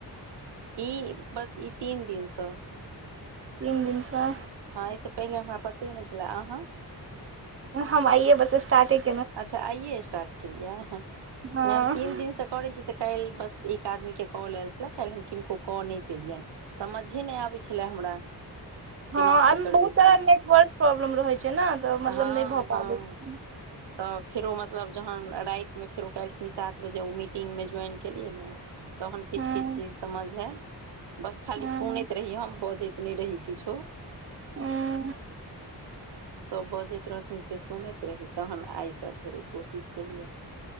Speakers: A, on the right (about 75°); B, on the right (about 35°).
A: ई बस ई तीन दिनसँ
B: तीन दिनसँ
A: हँ एहि से पहिले हमरा पते नहि छले अहाँ
B: हम आइयए बस स्टार्टिंटे
A: अच्छा आइये स्टार्ट केलियै ने
B: हँ
A: हम तीन दिन से करै छि तऽ काल्हि बस एक आदमी के कॉल आयल छले काल्हि हम किनको कऽ नहि केलियन समझे नहि आबै छलै हमरा
B: हँ
A: केना की
B: आमे
A: करबै
B: बहुत तारा
A: से
B: नेटवर्क प्रॉब्लम रहै छै ने तऽ मतलब
A: हँ
B: नहि भऽ
A: हँ
B: पाबै छै
A: तऽ फेरो मतलब जहन रातिमे फेरो कालखुिन सात बजे ओ मीटिंग मे ज्वाइन केलियै नै तहन किछ
B: हँ
A: किछ चीज समझ आयल बस खाली
B: हँ
A: सुनैत
B: हँ
A: रहि हम बजैत नि रहे ही किछो
B: अं
A: सभ बजैत रहथिन से सुनैत रही तखन आइसँ फेर ओ कोशिश केलियै